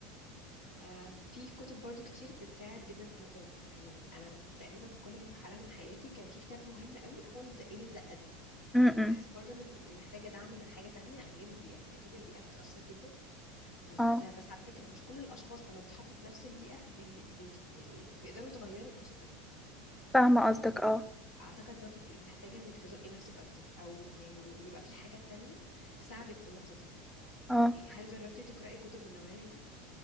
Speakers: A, on the left; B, in the centre.
A: آه في كتب برضو كتير بتساعد جدا في النقطه دي يعني انا تقريبا في كل مرحله من حياتي كان في كتاب مهم قوي هو اللي زقني الزقه دي
B: م-
A: يعني بحس
B: م.
A: برضو انك بتبقي محتاجه دعم من حاجه تانية غير البيئه هي اكيد البيئه بتاثر جدا بس
B: اه
A: بس على فكرة مش كل الأشخاص لما بيتحطوا في نفس البيئة بي بي يعني إيه بيقدروا يتغيروا بنفس الطريقة
B: فاهمة قصدك اه
A: أعتقد برضو بتبقي محتاجة إنك تزقي نفسك أكتر أو يعني يبقى في حاجات تانية تساعدك في النقطة دي
B: اه
A: هل جربتي تقرأي كتب من النوعية دي؟